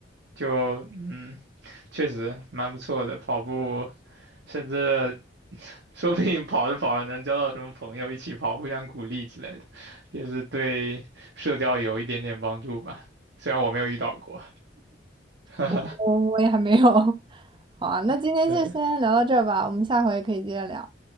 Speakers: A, on the right; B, on the right.
A: 就嗯，确实蛮不错的，跑步甚至说不定跑着跑着能交到什么朋友，一起跑，互相鼓励之类的，也是对社交有一点点帮助吧。虽然我没有遇到过，<laughs>
B: 我我我也还没有。<laughs> 好啊，那今天就先聊到这儿吧，
A: 对，
B: 我们下回可以接着聊，